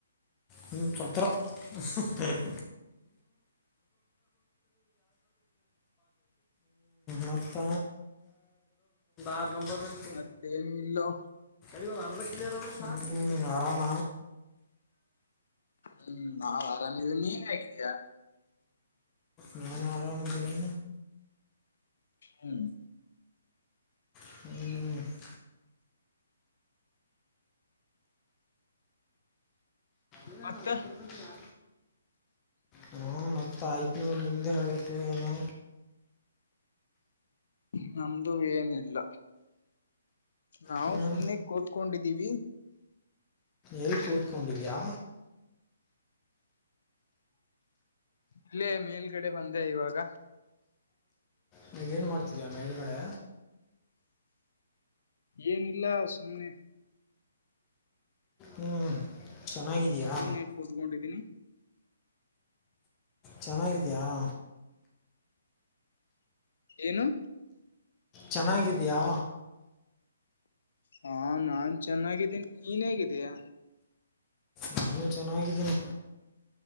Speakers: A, on the left; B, on the left.
A: ಹ್ಮ ಛತ್ರ, ಹ್ಮ ಮತ್ತ. ಆರ್ ನಂಬರ್ ಇಂದ್
B: ಮತ್ತೇನಿಲ್ಲಾ.
A: ಹ್ಮ ಆರಾಮ.
B: ಹ್ಮ ನಾವ್ ಅರಾಮವಿ ನೀವು ಹೇಗಿದ್ದೀಯ.
A: ನಾ ನ ಆರ ಮುಂದ ನೀ
B: ಹ್ಮ್
A: ಹ್ಮ ಇಲ್ಲ
B: ಮತ್ತ
A: ಹ ಹ ಮತ್ತ ಆಯ್ತ್ ನೂರು ನಿಮ್ದೆ ಹೇಳ್ಬೇಕು ಏನು
B: ನಮ್ದು ಏನಿಲ್ಲ ನಾವು
A: ಹ್ಞೂ
B: ಸುನೆ ಕ ಕತ್ಕೊಂಡಿದ್ದೀವಿ
A: ಎಲ್ಲಿ ಕೂತ್ಕೊಂಡಿದಯಾ
B: ಇಲ್ಲೇ ಮೇಲ್ಗಡೆ ಬಂದೆ ಇವಾಗ
A: ನೀಗ ಏನ್ ಮಾಡ್ತಿದಾ ಮೇಲುಗಡೆ
B: ಏನಿಲ್ಲ ಸುಮ್ನೆ
A: ಹ್ಮ್ ಚೆನ್ನಾಗಿದಯಾ
B: ಸುಮ್ನೆ ಕೂತ್ಕೊಂಡಿದ್ದೀನಿ
A: ಚೆನ್ನಾಗಿದ್ಯಾಾ
B: ಏನು
A: ಚೆನ್ನಾಗಿದೆಯಾ
B: ಹಾ ನಾನ್ ಚೆನ್ನಾಗಿದ್ದೀನಿ ನೀನ್ ಹೇಗಿದೀಯಾ
A: ನಾನು ಚೆನ್ನಾಗಿದ್ದೀನಿ